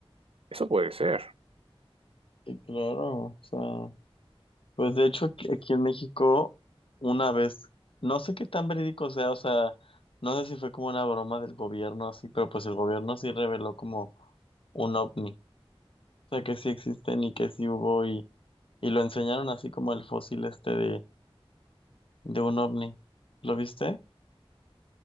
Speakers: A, on the right; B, on the left.
A: Eso puede ser.
B: Y claro, o sea, Pues de hecho aquí aquí en México una vez, no sé qué tan verídico sea, o sea, no sé si fue como una broma del gobierno así, pero pues el gobierno sí reveló como un ovni, o sea que sí existen y que sí hubo y, y lo enseñaron así como el fósil este de, de un ovni, ¿lo viste?